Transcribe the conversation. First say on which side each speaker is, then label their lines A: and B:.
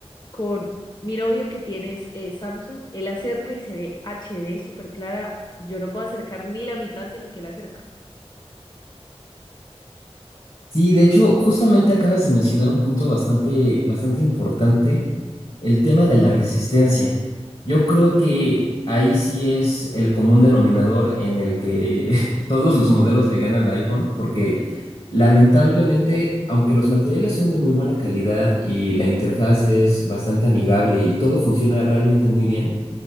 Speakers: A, on the left; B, on the left.
A: con mi novio que tiene es, eh, Samsung, él acerca y se ve HD súper clara. Yo no puedo acercar ni la mitad de lo que él acerca.
B: Sí, de hecho, justamente acabas de mencionar un punto bastante, bastante importante, el tema de la resistencia. Yo creo que ahí sí es el común denominador en el que <laughs> todos los modelos le ganan a iPhone, porque lamentablemente, aunque los materiales son de muy buena calidad y la interfaz es bastante amigable y todo funciona realmente muy bien,